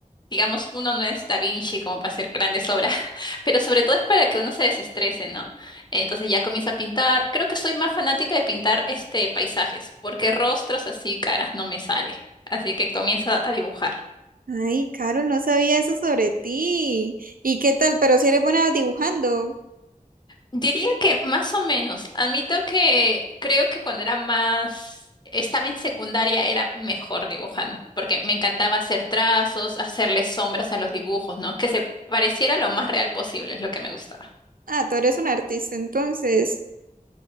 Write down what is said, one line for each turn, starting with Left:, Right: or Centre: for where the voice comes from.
Left: digamos, uno no es Da Vinci como para hacer grandes obras, <laughs> pero sobre todo es para que uno se desestrese, ¿no? Entonces ya comienza a pintar. Creo que soy más fanática de pintar este paisajes, porque rostros así, caras, no me sale. Así que comienzo a dibujar.
Right: Ay, Carol, no sabía eso sobre ti. ¿Y qué tal? Pero si eres buena dibujando.
Left: Diría que más o menos. Admito que creo que cuando era más, estaba en secundaria era mejor dibujando, porque me encantaba hacer trazos, hacerle sombras a los dibujos, ¿no? Que se pareciera lo más real posible, es lo que me gustaba.
Right: Ah, tú eres un artista, entonces.